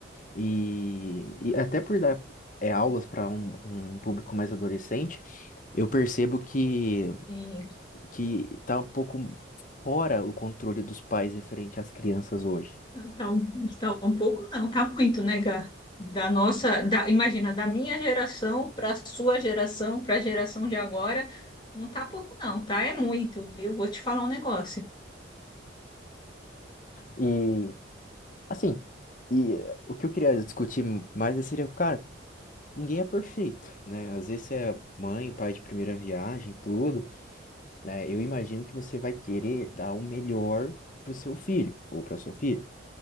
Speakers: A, on the left; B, on the left.
A: E, e até por dar é, aulas para um um público mais adolescente, eu percebo que
B: Sim.
A: que tá um pouco fora o controle dos pais referente às crianças hoje.
B: Tá, um- tá um pouco, não, tá muito, né, Gá? Da nossa, da, imagina, da minha geração para a sua geração, para a geração de agora, não tá pouco, não, tá? É muito, viu? Vou te falar um negócio.
A: E, assim, e eh, o que eu queria discutir mais é seria, cara, ninguém é perfeito, né? Às vezes você é mãe, pai de primeira viagem, tudo, né? Eu imagino que você vai querer dar o melhor pro seu filho ou pra sua filha.